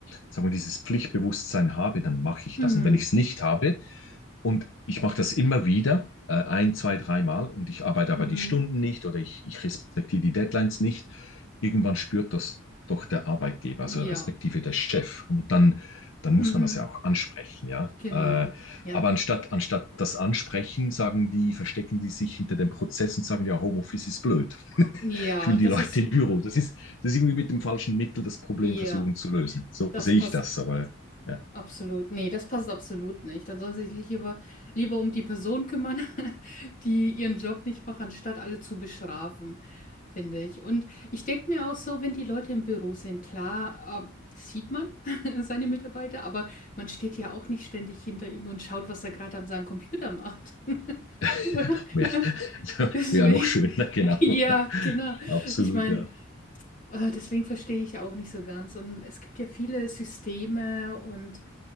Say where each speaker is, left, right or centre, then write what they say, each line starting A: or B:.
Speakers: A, on the left (about 80°); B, on the left (about 40°).
A: sagen wir, dieses Pflichtbewusstsein habe, dann mache ich
B: Mhm.
A: das. Und wenn ich es nicht habe, und ich mache das immer wieder, äh, ein, zwei, dreimal, und ich arbeite aber
B: Mhm.
A: die Stunden nicht oder ich, ich respektiere die Deadlines nicht, irgendwann spürt das doch der Arbeitgeber,
B: Ja.
A: also respektive der Chef. Und dann, dann muss
B: Mhm.
A: man das ja auch ansprechen, ja.
B: Genau.
A: Äh,
B: Ja.
A: aber anstatt, anstatt das Ansprechen, sagen die, verstecken die sich hinter dem Prozess und sagen, ja, Homeoffice ist blöd
B: Ja,
A: ich will
B: das
A: die Leute
B: ist.
A: im Büro. Das ist, das ist irgendwie mit dem falschen Mittel das Problem
B: Ja.
A: versuchen zu lösen. So
B: Das
A: sehe
B: passt.
A: ich das, aber ja,
B: Absolut, nee, das passt absolut nicht. Dann sollen sie sich lieber, lieber um die Person kümmern, <laughs> die ihren Job nicht macht, anstatt alle zu bestrafen, finde ich. Und ich denke mir auch so, wenn die Leute im Büro sind, klar, ähm, sieht man <laughs> seine Mitarbeiter, aber man steht ja auch nicht ständig hinter ihm und schaut, was er gerade an seinem Computer macht.
A: <laughs>
B: <laughs>
A: wäre
B: Deswegen,
A: wär noch schöner, <laughs> genau.
B: ja, genau.
A: Absolut,
B: Ich meine,
A: ja.
B: äh, deswegen verstehe ich auch nicht so ganz. Und es gibt ja viele Systeme und